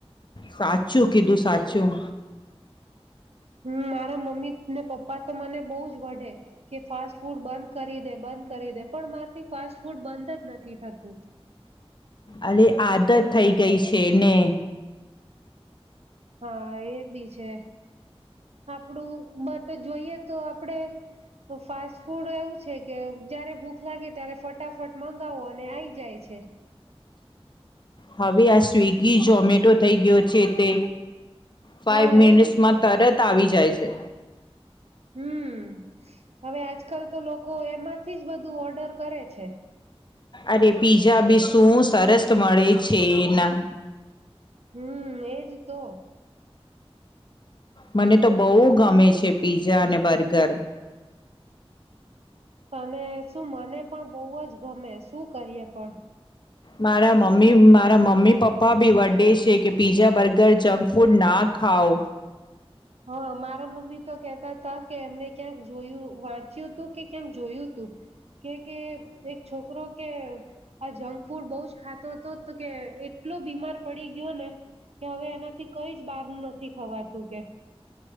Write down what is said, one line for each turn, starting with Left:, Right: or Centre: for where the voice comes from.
Left: સાચું કીધું સાચું.
Right: હમ્મ. મારા મમ્મી ને પપ્પા તો મને બહુ જ વેઢે, કે ફાસ્ટ ફૂડ બંધ કરી દે, બંધ કરી દે, પણ મારથી ફાસ્ટ ફૂડ બંધ જ નથી થતું.
Left: અરે આદત થઈ ગઈ છે ને.
Right: હા એ બી છે. આપડું મત જોઈએ તો આપડે ફાસ્ટ ફૂડ એવું છે કે જયારે ભૂખ લાગે ત્યારે ફટાફટ મંગાવો અને આઈ જાય છે.
Left: હવે આ સ્વિગી જોમેટો થઈ ગયો છે તે ફાઈવ
Right: હા
Left: મિનિટ્સમાં
Right: એજ તો
Left: તરત આવી જાય છે.
Right: હમ્મ. હવે આજકાલ તો લોકો એમાંથી જ બધું ઓર્ડર કરે છે.
Left: અરે પીઝા બી શું સરસ મળે છે એના.
Right: હમ્મ એજ તો.
Left: મને તો બહુ ગમે છે પીઝા અને બર્ગર.
Right: તને શું મને પણ બહુ જ ગમે. શું કરીએ પણ.
Left: મારા મમ્મી મારા મમ્મી પપ્પા ભી વડે છે કે પીઝા બર્ગર જંક ફૂડ ના ખાવ.
Right: હા. મારા મમ્મી તો કેહેતા તા કે એમને ક્યાંક જોયું, વાંચ્યું તું કે ક્યાંક જોયું તું, કે કે એક છોકરો કે આ જંક ફૂડ બઉ જ ખાતો તો કે એટલો બીમાર પડી ગયો ને કે હવે એનાથી કઈ જ બહાર નથી ખવાતું કે.